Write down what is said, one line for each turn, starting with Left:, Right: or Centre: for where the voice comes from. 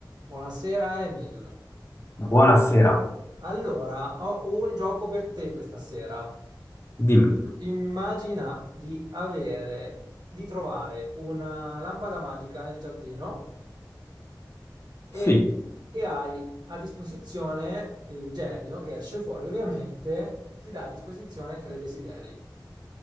Right: Buonasera Emil.
Left: Buonasera,
Right: Allora, ho un gioco per te questa sera.
Left: dimmi.
Right: Immagina di avere, di trovare una lampada magica nel giardino e
Left: Sì,
Right: che hai a disposizione il genio che esce fuori, ovviamente, ti dà a disposizione tre desideri